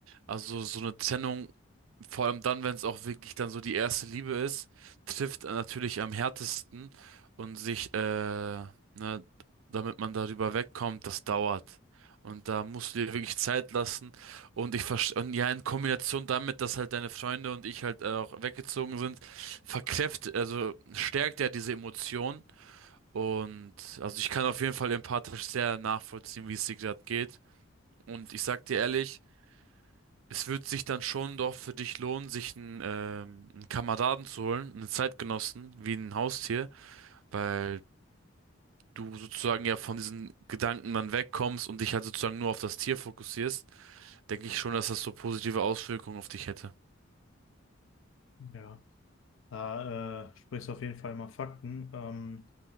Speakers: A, on the right; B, on the left.
A: also so eine Trennung, vor allem dann, wenn es auch wirklich dann so die erste Liebe ist, trifft natürlich am härtesten und sich, äh, ne, damit man darüber wegkommt, das dauert. Und da musst du dir wirklich Zeit lassen. Und ich verstehe, und ja, in Kombination damit, dass halt deine Freunde und ich halt äh, auch weggezogen sind, verkräft, also stärkt ja diese Emotion. Und also ich kann auf jeden Fall empathisch sehr nachvollziehen, wie es dir gerade geht. Und ich sag dir ehrlich, es wird sich dann schon doch für dich lohnen, sich einen, ähm, einen Kameraden zu holen, einen Zeitgenossen, wie ein Haustier, weil du sozusagen ja von diesen Gedanken dann wegkommst und dich halt sozusagen nur auf das Tier fokussierst, denke ich schon, dass das so positive Auswirkungen auf dich hätte.
B: Ja, da äh, sprichst du auf jeden Fall mal Fakten. Ähm,